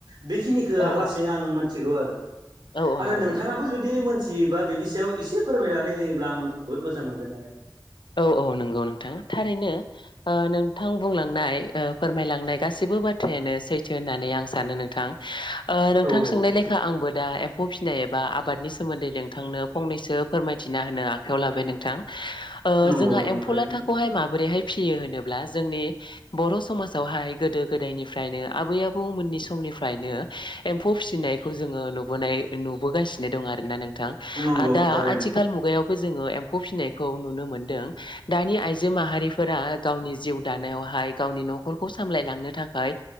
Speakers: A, on the right; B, on the left.
A: बेखिनिखौ
B: औ
A: आं लासि
B: औ
A: आं मोनथिगौ आरो
B: औ औ
A: आरो
B: नंगौ
A: नोंथाङाबो
B: दे
A: जुदि मोन थियोबा बिनि सायाव एसे फोरमायनानै होयोब्ला आं जोबोद मोजां मोनगोन आरो।
B: औ औ नंगौ नोंथां थारैनो नोंथां बुंलांनाय फोरमायलांनाय गासिबो बाथ्रायानो सैथो होननानै आं सानो नोंथां, ओ नोंथां
A: औ
B: सोंनाय लेखा आंबो दा एम्फौ फिसिनाय एबा आबादनि सोमोन्दै नोंथांनो फंनैसो फोरमायथिना होनो आखायाव लाबाय नोंथां। ओ
A: नंगौ
B: जोंहा
A: नंगौ
B: एम्फौ
A: थारैनो
B: लाथाखौहाय माबोरैहाय फिसियो होनोब्ला जोंनि बर' समाजावहाय गोदो-गोदायनिफ्रायनो आबै-आबौमोननि समनिफ निफ्रायनो एम्फौ फिसिनायखौ जोङो नुबोनाय नुबोगासिनो दं आरोना नों थां
A: नंगौ
B: दा
A: थारैनो
B: आथिखाल मुगायावबो जोङो एम्फौ फिसिनायखौ नुनो मोनो। दों दानि आइजो माहारिफोरा गावनि जिउ दानायावहाय गावनि न'खरखौ सामलायलांनो थाख थाखाय